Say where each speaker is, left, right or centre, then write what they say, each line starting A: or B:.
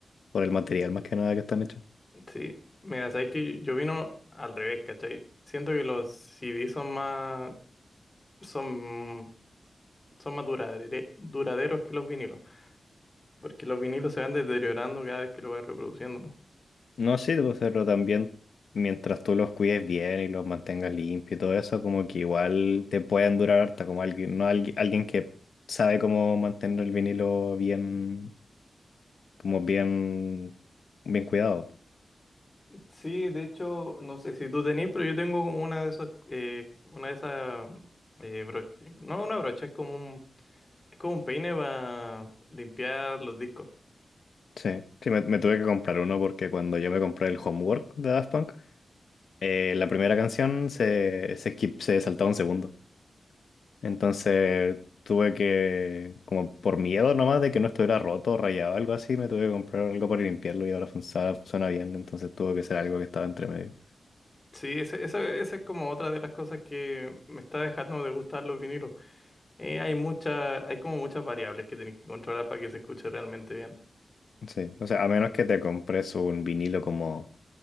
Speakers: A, on the left (about 80°); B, on the left (about 25°).
A: por el material más que nada que están hechos.
B: Sí, mira, sabes que yo vino al revés, ¿cachai? Siento que los CD son más, son, son más duradere- duraderos que los vinilos, porque los vinilos se van deteriorando cada vez que lo vas reproduciendo.
A: No, sí, pues, pero también mientras tú los cuides bien y los mantengas limpios y todo eso, como que igual te pueden durar harta, como alguien, no alguien, alguien que sabe cómo mantener el vinilo bien como bien, bien cuidado.
B: Sí, de hecho, no sé si tú tenés, pero yo tengo como una de esas, eh, una de esas, eh, bro- no una brocha, es como un, es como un peine para limpiar los discos.
A: Sí, sí, me, me tuve que comprar uno porque cuando yo me compré el Homework de Daft Punk, eh, la primera canción se, se, skip- se saltaba un segundo. Entonces tuve que, como por miedo nomás de que no estuviera roto o rayado o algo así, me tuve que comprar algo para limpiarlo y ahora funciona, suena bien. Entonces tuvo que ser algo que estaba entre medio.
B: Sí, ese- esa, esa es como otra de las cosas que me está dejando de gustar los vinilos. Eh, hay mucha, hay como muchas variables que tenés que controlar para que se escuche realmente bien.
A: Sí, o sea, a menos que te compres un vinilo como